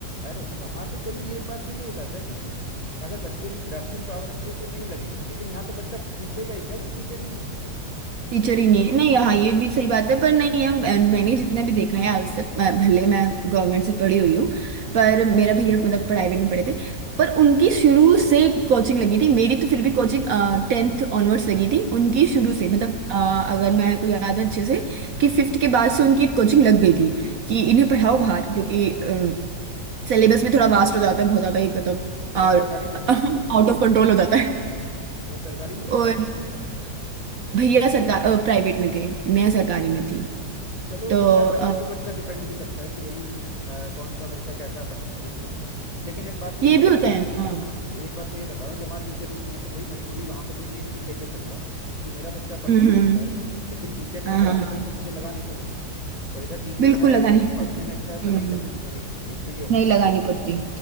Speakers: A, on the left (about 25°); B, on the right (about 60°).
A: अरे वहां पे चलो ये एक बात तो ये हो जाता है कि अगर बच्चे की ग्रास्पिंग पावर अच्छी है तो नहीं लगेगी लेकिन यहाँ तो बच्चा सीखेगा ही क्या जब टीचर ही नहीं है तो
B: टीचर ही नहीं है नहीं हाँ ये भी सही बात है पर नहीं है अ, मैंने जितना भी देखा है आज तक मैं- भले
A: हम्म,
B: मैं गवर्नमेंट से पढ़ी हुई हूँ
A: हाँ
B: पर मेरा भैया मतलब प्राइवेट में पढ़े थे पर
A: हाँ
B: उनकी शुरू से कोचिंग लगी थी मेरी तो फिर भी कोचिंग टेंथ ऑनवर्ड्स लगी थी उनकी
A: हाँ
B: शुरू से मतलब अ, अगर मैं को याद है अच्छे से कि
A: हाँ
B: फिफ्थ के बाद से उनकी कोचिंग लग गई थी
A: अच्छा
B: कि इन्हें
A: अच्छा,
B: पढ़ाओ बाहर क्योंकि सिलेबस भी थोड़ा वास्ट हो जाता है बहुत ज्यादा ही मतलब
A: हाँ वो
B: और
A: सरकारी में थे
B: <laughs> आउट ऑफ कंट्रोल हो जाता है
A: वो सरकारी में थे
B: और
A: प्राइवेट में थे
B: भैया सरकार प्राइवेट में थे मैं
A: अच्छा
B: सरकारी में थी
A: हम्म। चलो ये
B: तो
A: तो खैर बच्चे
B: अ,
A: तो बच्चा डिपेंड भी करता है कि भाई अ, कौन सा बच्चा कैसा है पढ़ने में ये भी होता है लेकिन एक बात मैं
B: ये
A: ये बता
B: भी होता
A: रहा
B: है
A: हूँ
B: हाँ
A: हाँ एक बात मैं ये बता रहा हूँ जब वहाँ टीचर ही नहीं है तो भाई मजबूरी वहाँ पे तो मैं ये चीज़ लेके चल रहा हूँ कि मेरा बच्चा पढ़ने
B: हम्म
A: में
B: हम्म,
A: अच्छा
B: हम्म।
A: है लेकिन टीचर नहीं
B: हाँ
A: है पढ़ाने
B: हाँ हाँ
A: के लिए तो मुझे लगानी पड़ेगी और इधर टीचर
B: बिल्कुल
A: है
B: लगानी है
A: पढ़ने
B: तो हम्म
A: में अच्छा है तो नहीं
B: हम्म,
A: लगानी पड़ेगी एक तो ये हो
B: नहीं
A: गया
B: लगानी पड़ती